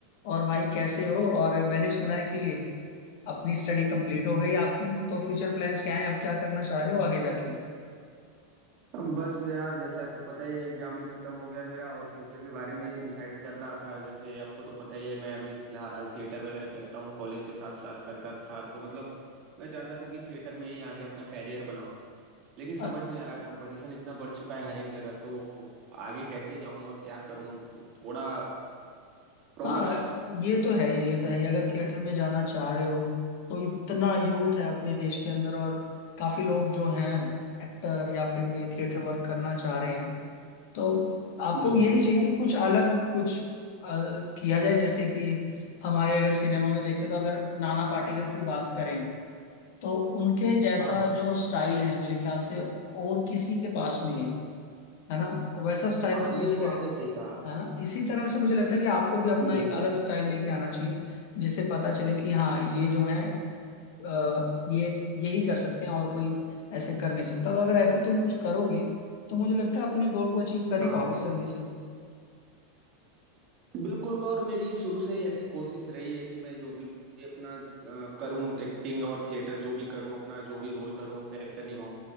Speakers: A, on the left; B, on the right.
A: और भाई कैसे हो और मैंने सुना है कि अपनी स्टडी कंप्लीट हो गई आपकी तो फ्यूचर प्लान्स क्या हैं अब क्या करना चाह रहे हो आगे जाके
B: हम बस भैया जैसे आपको पता ही है एग्जाम भी खत्म हो गया मेरा और फ्यूचर के बारे में डिसाइड कर रहा था जैसे आपको तो पता ही है मैं अभी फिलहाल थिएटर वगैरह करता हूँ कॉलेज के साथ साथ करता था तो मतलब मैं चाहता था कि थिएटर में ही आगे अपना कैरियर बनाऊं लेकिन समझ
A: अ-
B: नहीं आ रहा कंपटीशन इतना बढ़ चुका है हर एक जगह तो आगे कैसे जाऊं और क्या करूं थोड़ा प्रॉब्लम
A: हाँ
B: आ रहा है
A: ये तो है ये तो है अगर थिएटर में जाना चाह रहे हो तो इतना यूथ है अपने देश के अंदर और काफी लोग जो हैं एक्टर या फिर ये थिएटर वर्क करना चाह रहे हैं तो आपको
B: बिल्कुल
A: यही चाहिए कि कुछ अलग कुछ अ, किया जाए जैसे कि हमारे अगर सिनेमा में देखें तो अगर नाना पाटेकर की बात करें तो उनके जैसा
B: हाँ हाँ
A: जो स्टाइल है मेरे ख्याल से और किसी के पास नहीं है है ना वैसा स्टाइल
B: हाँ
A: तो
B: ये
A: किसी
B: तो
A: का
B: आपने
A: नहीं
B: सही कहा
A: है ना इसी तरह से मुझे लगता है कि आपको भी अपना
B: बिल्कुल
A: एक अलग स्टाइल लेके आना चाहिए जिससे पता चले कि हाँ ये जो है अ, ये यही कर सकते हैं और कोई ऐसे कर नहीं सकता तो अगर ऐसा तुम कुछ करोगे तो मुझे लगता है अपने गोल को अचीव कर
B: हाँ
A: ही पाओगे
B: हाँ
A: जल्दी से
B: बिल्कुल और मेरी शुरू से ही ऐसी कोशिश रही है कि मैं जो भी भी अपना अ, करूं एक्टिंग और थिएटर जो भी करूं अपना जो भी रोल करूं कैरेक्टर निभाऊं